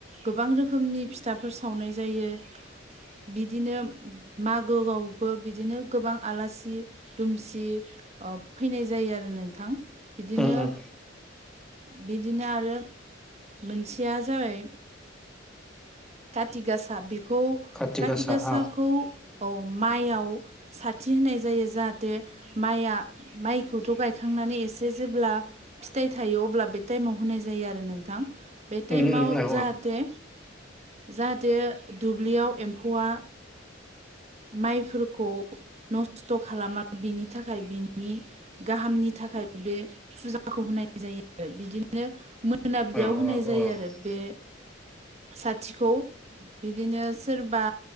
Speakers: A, on the right; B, in the centre.
A: गोबां रोखोमनि फिथाफोर सावनाय जायो। बिदिनो मागोआवबो बिदिनो गोबां आलासि दुमसि फैनाय जायो आरो नोंथां। बिदिनो
B: औ
A: बिदिनो आरो मोनसेया जाबाय कति गासा बेखौ
B: खाथि
A: कति
B: गासा
A: गासाखौ
B: औ
A: औ माइयाव साथि होनाय जायो। जाहाथे माइया माइखौथ' गायखांनानै एसे जेब्ला फिथाइ थायो अब्ला बे टाइमाव होनाय जायो आरो नोंथां। बे
B: औ
A: टाइमाव
B: औ औ
A: जाहाथे जाहाथे दुब्लियाव एम्फौआ माइफोरखौ नस्थ' खालामा बिनि थाखाय बिनि गाहामनि थाखाय बे फुजाखौ होनाय जायो आरो बिदिनो मो मोनाबिलियाव
B: औ
A: होनाय
B: औ
A: जायो
B: औ
A: आरो बे साथिखौ बिदिनो सोरबा